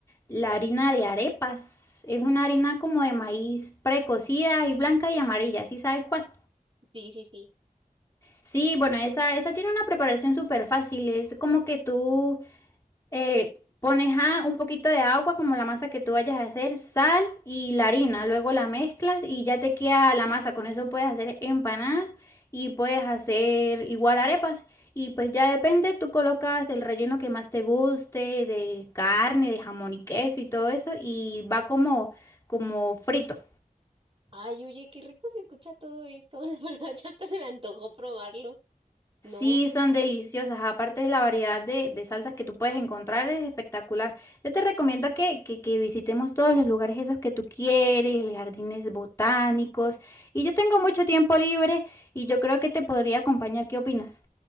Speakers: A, on the left; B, on the right.
A: la harina de arepas. Es una harina como de maíz precocida y blanca y amarilla, ¿sí sabes cuál?
B: Sí, sí, sí.
A: Sí, bueno, esa, esa tiene una preparación súper fácil. Es como que tú eh, pones a un poquito de agua, como la masa que tú vayas a hacer, sal y la harina. Luego la mezclas y ya te queda la masa. Con eso puedes hacer empanadas y puedes hacer igual arepas. Y pues ya depende, tú colocas el relleno que más te guste, de carne, de jamón y queso y todo eso, y va como, como frito.
B: Ay, oye, qué rico se escucha todo eso. <laughs> La verdad, ya hasta se me antojó probarlo.
A: Sí,
B: No,
A: son deliciosas. Aparte de la variedad de, de salsas que tú puedes encontrar, es espectacular. Yo te recomiendo que, que, que visitemos todos los lugares esos que tú quieres, los jardines botánicos. Y yo tengo mucho tiempo libre y yo creo que te podría acompañar. ¿Qué opinas?